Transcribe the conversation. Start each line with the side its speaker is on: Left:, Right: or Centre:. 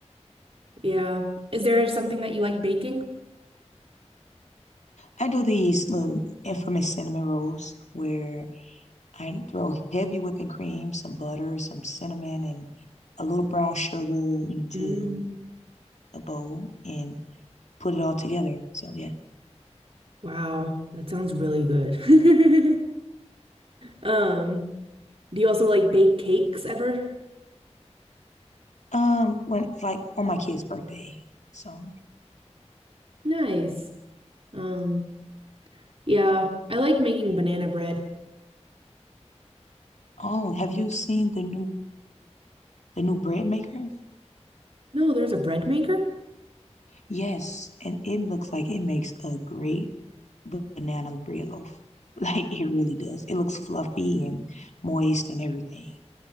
Right: Yeah. Is there something that you like baking?
Left: I do these little infamous cinnamon rolls where I throw heavy whipping cream, some butter, some cinnamon, and a little brown sugar into
Right: Mm,
Left: a bowl and put it all together. So yeah.
Right: wow, that sounds really good. <laughs> Um, do you also like bake cakes ever?
Left: Um, when like on my kid's birthday. So,
Right: Nice. Um, yeah, I like making banana bread.
Left: oh, have you seen the new the new bread maker?
Right: No, there's a bread maker?
Left: Yes, and it looks like it makes a great ba- banana bread loaf. <laughs> Like it really does. It looks fluffy and moist and everything.